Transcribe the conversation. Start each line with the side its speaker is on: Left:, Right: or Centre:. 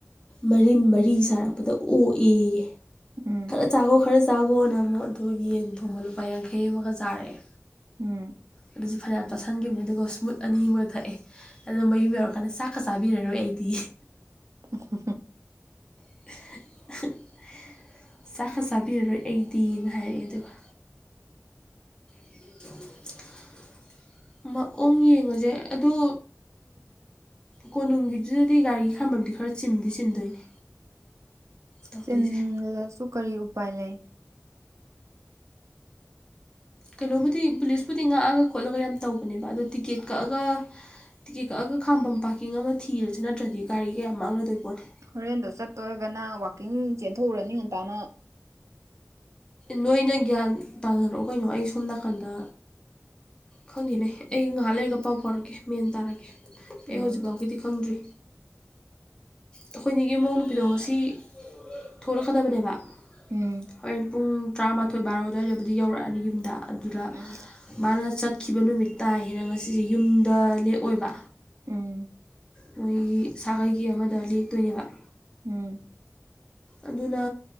Left: ꯃꯔꯤꯟ ꯃꯔꯤ ꯁꯥꯔꯛꯄꯗ ꯑꯣꯛꯑꯌꯦ
Right: ꯎꯝ
Left: ꯆꯥꯈꯣ ꯈꯔ ꯆꯥꯈꯣꯅ ꯑꯃꯨꯛ ꯑꯗꯨꯒ ꯌꯦꯟ ꯊꯣꯡꯕ ꯂꯨꯄꯥ ꯌꯥꯡꯈꯩ ꯑꯃꯒ ꯆꯥꯔꯛꯑꯦ
Right: ꯎꯝ
Left: ꯑꯗꯨꯁꯨ ꯐꯅꯌꯥꯝ ꯆꯥꯁꯟꯈꯤꯕꯅꯦ ꯑꯗꯨꯒ ꯁ꯭ꯃꯨꯠ ꯑꯅꯤ ꯑꯃ ꯊꯛꯑꯦ ꯑꯗꯣ ꯃꯌꯨꯝ ꯌꯧꯔꯀꯥꯟꯗ ꯆꯥꯛꯀ ꯆꯥꯕꯤꯔꯔꯣꯏ ꯑꯩꯗꯤ
Right: <inaudible>
Left: <inaudible> ꯆꯥꯛꯀ ꯆꯥꯕꯤꯔꯔꯣꯏ ꯑꯩꯗꯤꯅ ꯍꯥꯏꯔꯛꯑꯦ ꯑꯗꯨꯒ <inaudible> ꯃꯑꯣꯡ ꯌꯦꯡꯉꯨꯁꯦ ꯑꯗꯣ ꯀꯣꯅꯨꯡꯒꯤꯗꯨꯗꯗꯤ ꯒꯥꯔꯤ ꯈꯥꯝꯕꯝꯗꯤ ꯈꯔ ꯆꯤꯟꯗꯤ ꯆꯤꯟꯗꯣꯏꯅꯦ ꯇꯧꯗꯣꯏꯁꯦ
Right: ꯆꯤꯟꯂꯥꯁꯨ ꯀꯔꯤ ꯎꯄꯥꯏ ꯂꯩ
Left: ꯀꯩꯅꯣꯕꯨꯗꯤ ꯄꯨꯂꯤꯁꯄꯨꯗꯤ ꯉꯥꯛꯑꯒ ꯈꯣꯠꯂꯒ ꯌꯥꯝ ꯇꯧꯕꯅꯦꯕ ꯑꯗꯣ ꯇꯤꯀꯦꯠ ꯀꯛꯑꯒ ꯇꯤꯀꯦꯠ ꯀꯛꯑꯒ ꯈꯥꯝꯕ ꯄꯥꯔꯀꯤꯡ ꯑꯃ ꯊꯤꯔꯁꯨꯦ ꯅꯠꯇ꯭ꯔꯗꯤ ꯒꯥꯔꯤ ꯀꯌꯥ ꯃꯥꯡꯅꯗꯣꯏ ꯄꯣꯠꯂꯦ
Right: ꯍꯣꯔꯦꯟꯗꯣ ꯆꯠꯇꯔꯒꯅ ꯋꯥꯛꯀꯤꯡ ꯆꯦꯟꯊꯣꯛꯎꯔꯅꯤ ꯉꯟꯇꯥꯅ
Left: ꯅꯣꯏꯅ ꯒ꯭ꯌꯥꯟ ꯇꯥꯅꯔꯛꯑꯣ ꯀꯩꯅꯣ ꯑꯩ ꯁꯣꯝ ꯅꯥꯀꯟꯗ ꯈꯪꯈꯤꯅꯦ ꯑꯩ ꯉꯥꯏꯍꯥꯛ ꯂꯩꯔꯒ ꯄꯥꯎ ꯐꯥꯎꯔꯛꯀꯦ ꯃꯦꯟ ꯇꯥꯔꯛꯀꯦ
Right: ꯎꯝ
Left: ꯑꯩ ꯍꯧꯖꯤꯛꯐꯥꯎꯒꯤꯗꯤ ꯈꯪꯗ꯭ꯔꯤ ꯑꯩꯈꯣꯏꯅꯤꯒꯤ ꯏꯃꯧ ꯅꯨꯄꯤꯗꯣ ꯉꯁꯤ ꯊꯣꯛꯂꯛꯀꯗꯕꯅꯦꯕ
Right: ꯎꯝ
Left: ꯍꯣꯔ ꯄꯨꯡ ꯇꯔꯥꯃꯥꯊꯣꯏ ꯕꯥꯔꯣ ꯑꯗꯨꯋꯥꯏꯗꯕꯨꯗꯤ ꯌꯧꯔꯛꯑꯅꯤ ꯌꯨꯝꯗ ꯑꯗꯨꯗ
Right: ꯎꯝ
Left: ꯃꯥꯅ ꯆꯠꯈꯤꯕ ꯅꯨꯃꯤꯠ ꯇꯥꯏ ꯍꯦꯅ ꯉꯁꯤꯁꯦ ꯌꯨꯝꯗ ꯂꯦꯛꯑꯣꯏꯕ
Right: ꯎꯝ
Left: ꯃꯣꯏꯒꯤ ꯁꯥꯒꯩꯒꯤ ꯑꯃꯗ ꯂꯦꯛꯇꯣꯏꯅꯦꯕ
Right: ꯎꯝ
Left: ꯑꯗꯨꯅ